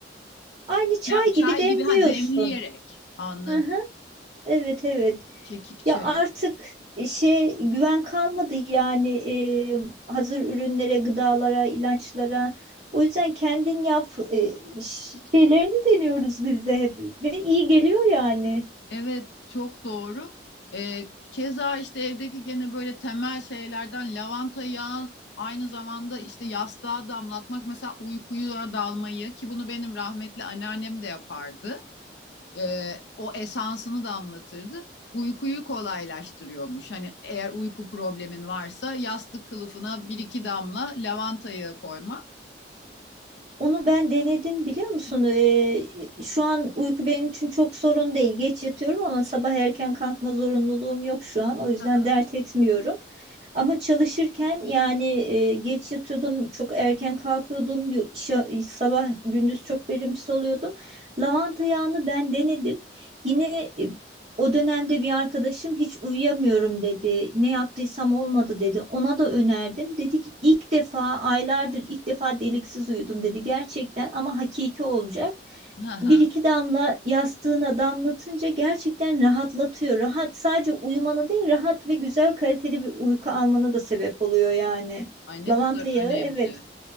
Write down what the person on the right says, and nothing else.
aynı çay
gibi demliyorsun.
Hı hı. Evet evet.
Ya
artık şey güven kalmadı yani e, hazır ürünlere, gıdalara, ilaçlara. O yüzden kendin yap e, ş- şeylerini deniyoruz biz de hep ve iyi geliyor yani.
Onu ben denedim biliyor musun? Ee, şu an uyku benim için çok sorun değil. Geç yatıyorum ama sabah erken kalkma zorunluluğum yok şu an. O yüzden
dert etmiyorum. Ama çalışırken yani e, geç yatıyordum, çok erken kalkıyordum. Yo- şa- Sabah gündüz çok verimsiz oluyordum. Lavanta yağını ben denedim. Yine e, o dönemde bir arkadaşım hiç uyuyamıyorum dedi. Ne yaptıysam olmadı dedi. Ona da önerdim. Dedi ki ilk defa aylardır ilk defa deliksiz uyudum dedi. Gerçekten ama hakiki olacak.
Bir iki damla yastığına damlatınca gerçekten rahatlatıyor. Rahat sadece uyumana değil rahat ve güzel kaliteli bir uyku almana da sebep oluyor yani.
Lavanta
yağı
evet